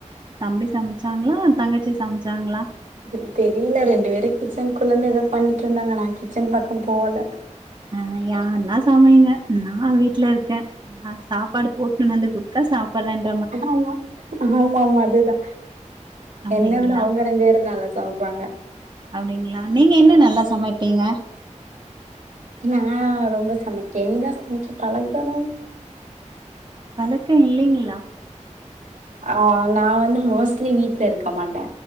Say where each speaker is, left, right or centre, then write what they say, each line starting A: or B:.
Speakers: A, on the right; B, on the right.
A: தம்பி சமச்சாங்ளா தங்கச்சி சமச்சாங்ளா
B: <inaudible> தெரில ரெண்டு வேரு கிச்சன் குள்ளந்து ஏதோ பண்ணிட்ருந்தாங்க நா கிச்சன் பக்கம் போல
A: ஆ யானா சமைங்க நா வீட்ல இருக்கே நா சாப்பாடு போட் என்னாந்து குடுத்தா சாப்பறேன்
B: எதுமாமா ஆமாமா அதுதா
A: அப்டிங்களா
B: என்ன விட அவங்க ரெண்டு வேர் நல்லா சமப்பாங்க
A: அப்டிங்ளா நீங்க என்ன நல்லா சமைப்பீங்க
B: நா ரொம்ப சமைக்கே இனிதா சமைக்க பழகனு
A: பழக்க இல்லைங்களா
B: ஆ நா வந்து மோஸ்ட்லி வீட்ல இருக்க மாட்டே